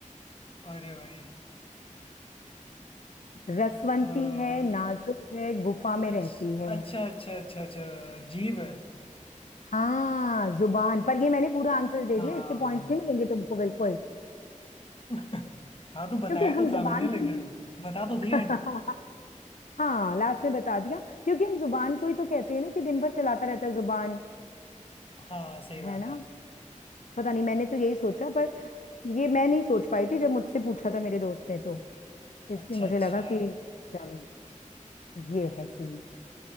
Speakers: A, on the left (about 40°); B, on the left (about 70°).
A: अरे भाई
B: रसवंती
A: आ,
B: है नाजुक है गुफा में
A: अच्छा
B: रहती है
A: अच्छा अच्छा अच्छा अच्छा जीभ है
B: हाँ जुबान पर ये मैंने पूरा आंसर दे
A: हाँ
B: दिया इसके पॉइंट्स नहीं मिलेंगे तुमको बिल्कुल
A: <laughs> हाँ तो बताया
B: क्योंकि
A: तो
B: हम
A: था
B: जबान
A: मैंने
B: को
A: लेकिन
B: नहीं
A: बता तो दिया
B: <laughs>
A: एंड में
B: हाँ लास्ट में बता दिया क्योंकि हम जुबान को ही तो कहते हैं ना कि दिन भर चलाता रहता है जुबान
A: हाँ सही
B: है
A: बात
B: ना
A: है
B: पता नहीं मैंने तो यही सोचा पर ये मैं नहीं सोच पाई थी जब मुझसे पूछा था मेरे दोस्त ने तो इसलिए
A: अच्छा
B: मुझे
A: अच्छा
B: लगा कि चलो ये है सीन